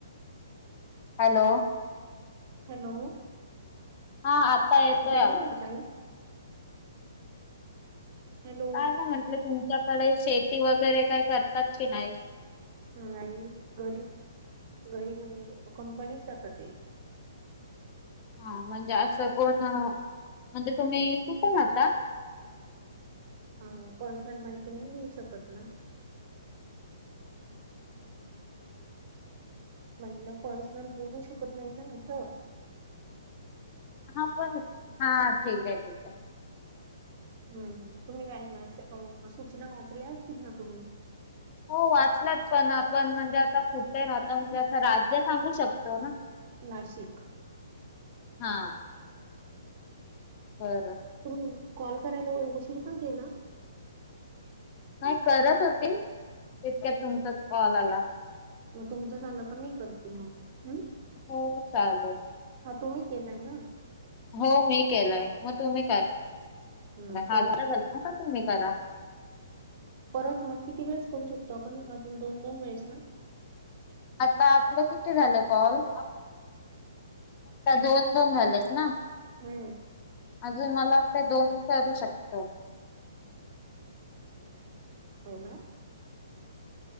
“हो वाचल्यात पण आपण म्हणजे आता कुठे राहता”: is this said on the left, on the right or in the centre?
Left